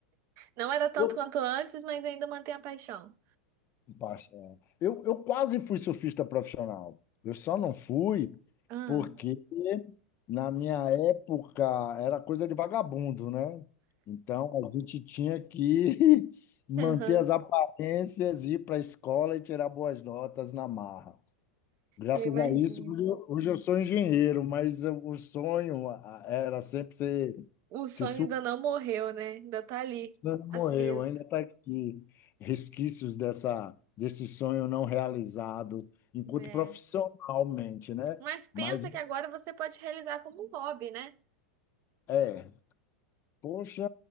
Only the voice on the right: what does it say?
Não era tanto
quanto antes, mas ainda mantém a paixão.
Ah,
aham,
eu imagino.
O sonho
ainda não morreu, né? Ainda tá ali,
aceso.
É.
Mas pensa
que agora você pode realizar como um hobby, né?